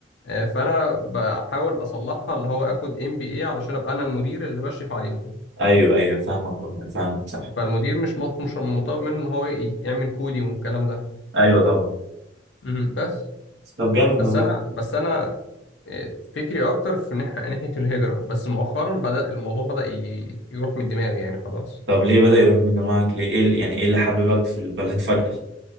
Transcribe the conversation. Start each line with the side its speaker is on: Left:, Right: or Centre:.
Left: آه، فانا بحاول اصلحها اللي هو اخد ام بي اي علشان ابقى انا المدير اللي بشرف عليهم
Right: ايوه ايوه فاهمك والله فاهمك صح
Left: فالمدير مش مط- مش مطالب منه ان هو ي- يعمل كودينج والكلام ده
Right: ايوه طبعا
Left: مم، بس
Right: طب جامد
Left: بس
Right: والله
Left: انا بس انا آه، فكري اكتر في ناح- ناحيه الهجره بس مؤخرا بدا الموضوع بدا ي- يروح من دماغي يعني خلاص
Right: طب ليه بدأ يروح من دماغك ليه ايه ال- يعني ايه اللي حببك في البلد فجأة